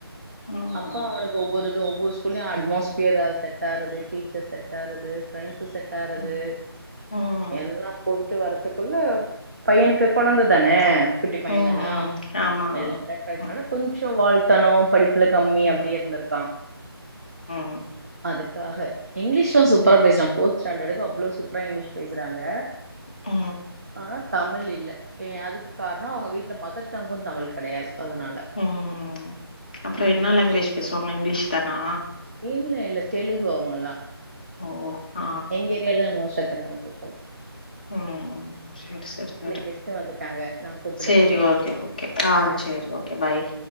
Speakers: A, on the left (about 20°); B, on the right (about 40°).
A: ம் ம்
B: அப்பா அவனுக்கு ஒவ்வொரு ஒவ்வொரு ஸ்கூல்லயு அட்மாஸ்பியராது செட் ஆறது டீச்சர்ஸ் செட்றாது ஃப்ரெண்ஸஷ் செட்றாது
A: ம் ம்
B: எல்லா பொயிட்டு வரதுக்குள்ள பையனுக்கு கொழந்த தானே குட்டி பையே
A: ம்
B: தானே
A: ம் ஆமா
B: எல்லா <inaudible>
A: ம்
B: கொஞ்ஜோ வாழ்த்தனு படிப் உள்ள கம்மி
A: ம்
B: அப்டியே இருந்துருக்கா
A: ம்
B: அதுக் க்காக இங்லீஷ்லா சூப்பரா
A: ம்
B: பேஷ்றா போ ஸ்டேண்டடுக்கு அவ்ளோ சூப்பரா இங்லீஷ் பேசுறாங்க
A: ஓ
B: ஆனா தமிழில் இல்ல அதுக்கு காரணோ அவங்க வீட்ல மதர் அங்கும் தமிழ் கெடையாது அதனால
A: உம் அப்றோ
B: ம்
A: என்ன லேங்வேஜ்
B: சரி.
A: பேசுவாங்க இங்லீஷ் தானா
B: இல்ல இல்ல தெலுகு அவுங்கல்லா
A: ஓ அ
B: எங்க ஏரியால <unintelligible> நாங்க பிரிப்பேர் <inaudible>
A: ம் சேர் சேர் சேரி
B: கெஸ்ட் வந்துட்டாங்க நா கூப்பிடட்டுமா
A: சேரி ஓகே ஓகே ஆ
B: பாய்
A: சேரி ஓகே பாய்